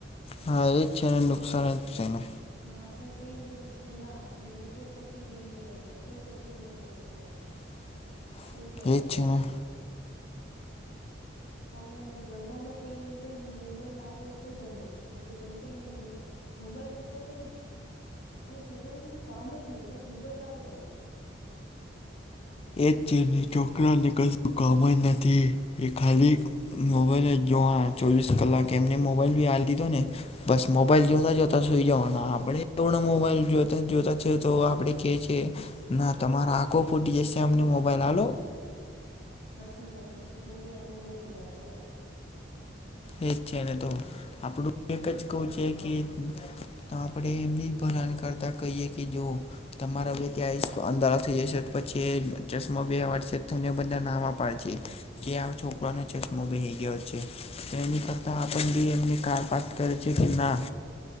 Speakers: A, on the left; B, on the left.
A: હા એજ છે ને નુકસાન જ છે ને.
B: ના આપડે કેઈ તો પછી કે ના અમે મે કોઈ પબજી ગેમ નહી રમતા કોઈ પબજી ગેમ નહી રમતા.
A: <inaudible>
B: એવું કરતા
A: એજ
B: હોમે.
A: છે ને
B: આપણે જમવાનો કઈ તો મોબાઈલ આપો તો જમે ન તો જમતાય ને મોબાઈ. મોબાઈલ ઉપર તો હવે છોકરાને કશું કામ જ નહી બસ મોબાઈલ આપો તમે.
A: એ છે છોકરા ને કશું કોમ નથી એ ખાલી. મોબાઈલ જ જોવા ના ચોવીસ કલાક એમને મોબાઈલ ભી આલી દીધો ને. બસ મોબાઈલ જોતા જોતા સુઈ જવાના આપણે મોબાઈલ જોતા જોતાએ તો આપણેે કે છે. ના તમારો આખો ફૂટી જશે અમને મોબાઈલ હાલો.
B: હાચી વાત છે છોકરા ભી આપડે એવું ક હાચી વાત.
A: એ જ છે ને તો આપડું એક જ કહું છે કે. તો આપણેે એમની જ ભલાણ કરતા કહીએ કે જો. તમારા બે ત્યાં અંધારા થઈ જશે પછી ચશ્મા બે એવાડ છે બા નામ આપ. પાડશે કે છોકરા
B: સાચી
A: ને ચશ્મા બેહી ગયો છે. કરતા
B: સાચી
A: આપણ
B: વાત
A: બી
B: છે
A: એમને કારપત કર છે કે ના.